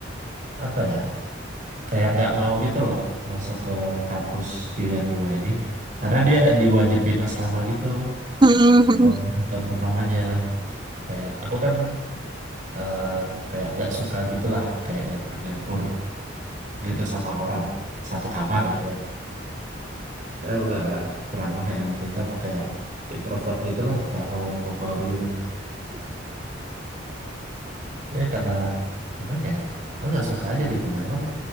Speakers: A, on the right; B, on the right.
A: apa ya kayak nggak mau gitu loh masuk ke kampus pilihan dua ini karena dia diwajibin asrama gitu
B: Hmm, hmm. hmm.
A: oh, di tahun pertamanya kayak aku kan eh kayak nggak suka gitulah kayak nyampur-nyampur gitu sama orang satu kamar gitu kan aku nggak kurang apa ya waktu itu aku kayak introvert gitulah nggak mau membaur gitu ya karena gimana ya aku nggak suka aja gitu lah emang